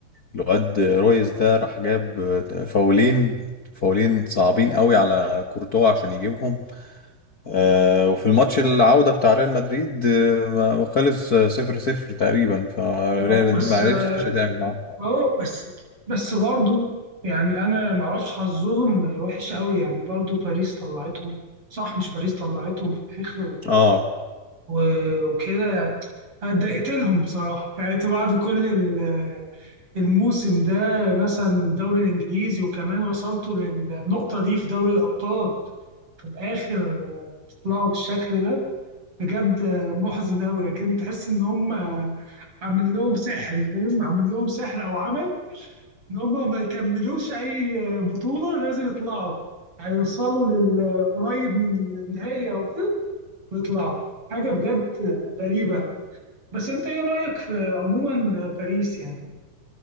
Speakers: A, on the left (about 75°); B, on the right (about 35°).
A: الواد رويز ده راح جاب فاولين فاولين صعبين قوي على كورتوا عشان يجيبهم آه وفي الماتش العودة بتاع ريال مدريد آه خلص صفر صفر تقريبا فريال
B: آه،
A: مدريد
B: بس
A: ما
B: اه
A: عرفتش تعمل معاهم حاجة
B: آه، بس بس برضو يعني انا ما اعرفش حظهم وحش قوي يعني برضو باريس طلعتهم صح مش باريس طلعتهم في الاخر و...
A: اه
B: و... وكده يعني أنا اتضايقت لهم بصراحه يعني أنت بعد كل ال... الموسم ده مثلا الدوري الإنجليزي وكمان وصلتوا للنقطة دي في دوري الأبطال في الآخر آه، طلعوا بالشكل ده بجد آه، محزن أوي لكن تحس إن هم آه، عامل لهم سحر فاهم عامل لهم سحر أو عمل إن هم ما يكملوش أي آه، بطولة لازم يطلعوا هيوصلوا للقريب من النهاية أو كده ويطلعوا حاجة بجد آه، غريبة أوي. بس أنت إيه رأيك في عموما آه، باريس يعني؟